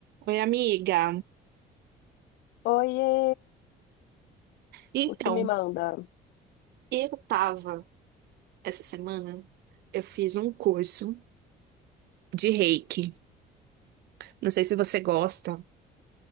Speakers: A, on the right; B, on the left.
A: Oi, amiga.
B: Oiê,
A: Então,
B: o que me manda?
A: eu tava essa semana, eu fiz um curso de reiki. Não sei se você gosta